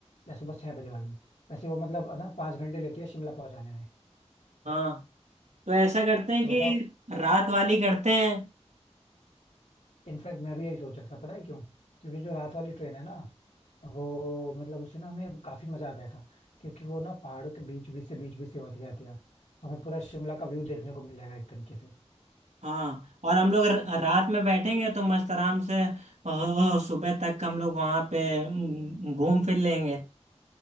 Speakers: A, on the left; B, on the right.
A: या सुबह छह बजे वाली वैसे वो मतलब है ना पाँच घंटे लेती है शिमला पहुंचाने में
B: हाँ तो ऐसा करते हैं
A: तो
B: कि
A: बताओ
B: रात वाली करते हैं
A: इनफैक्ट मैं भी यही सोच रहा था पता है क्यों क्योंकि जो रात वाली ट्रेन है ना वो मतलब उससे ना हमें काफी मजा आ जाएगा क्योंकि वो ना पहाड़ों के बीच बीच से बीच बीच से होती जाती है तो हमें पूरा शिमला का व्यू देखने को मिल जाएगा एक तरीके से
B: हाँ और हम लोग र- रात में बैठेंगे तो मस्त आराम से अ, सुबह तक हम लोग वहां पे अम, घूम फिर लेंगे